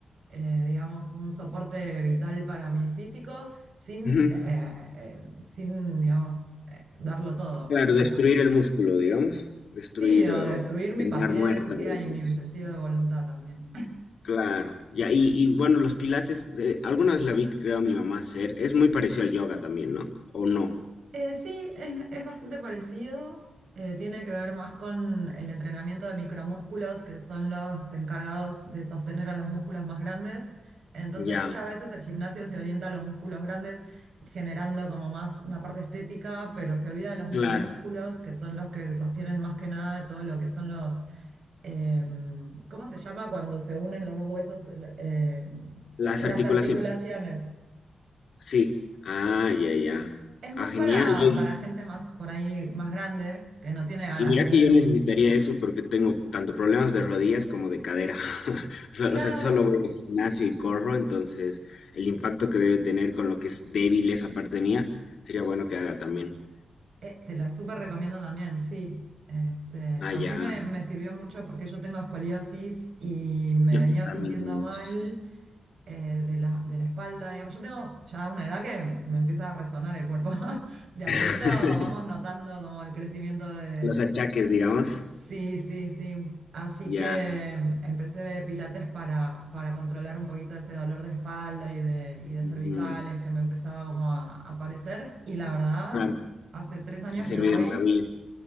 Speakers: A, on the right; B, on the left.
A: eh, digamos, un soporte vital para mi físico sin,
B: <laughs>
A: eh, eh, sin, digamos, eh, darlo todo.
B: Claro,
A: O sea,
B: destruir el músculo, digamos, destruir
A: sí, o
B: eh,
A: destruir
B: o
A: mi
B: terminar
A: paciencia
B: muerta, digamos.
A: y mi sentido de voluntad también.
B: Claro, ya, y, y bueno, los pilates, eh, alguna vez la vi, creo, a mi mamá hacer, es muy parecido al yoga también, ¿no? ¿O no?
A: Eh, sí, es, es bastante parecido. Eh, tiene que ver más con el entrenamiento de micromúsculos, que son los encargados de sostener a los músculos más grandes. Entonces,
B: Ya,
A: muchas veces el gimnasio se orienta a los músculos grandes, generando como más una parte estética, pero se olvida de los micromúsculos,
B: claro,
A: que son los que sostienen más que nada todo lo que son los, em, ¿cómo se llama cuando se unen los dos huesos? El- em,
B: las
A: las
B: articulaciones,
A: articulaciones.
B: sí. Ah, ya, ya.
A: Es
B: Ah,
A: más
B: genial.
A: para,
B: Y,
A: para gente más por ahí más grande que no tiene ganas
B: y mira
A: de tener
B: que yo
A: un...
B: necesitaría eso porque tengo tanto problemas de rodillas como de cadera. <laughs> O sea,
A: Claro,
B: o sea, solo voy al gimnasio y corro, entonces el impacto que debe tener con lo que es débil esa parte mía, sería bueno que haga también.
A: eh, te la súper recomiendo también, sí. Este,
B: Ah,
A: a
B: ya.
A: mí me, me sirvió mucho porque yo tengo escoliosis y me
B: Yo
A: venía
B: también
A: sintiendo
B: tengo
A: mal
B: esos, sí.
A: eh, de la, de la espalda. Digamos, yo tengo ya una edad que me empieza a resonar el cuerpo. <laughs> De a
B: <laughs>
A: poquito vamos notando como el crecimiento de
B: Los achaques, digamos.
A: Sí, sí, sí. Así
B: Ya.
A: que em, empecé pilates para, para controlar un poquito ese dolor de espalda y de, y de
B: Mm,
A: cervicales que me empezaba como a, a aparecer. Y la verdad,
B: claro,
A: hace tres años
B: te sirve
A: que voy,
B: de maravilla.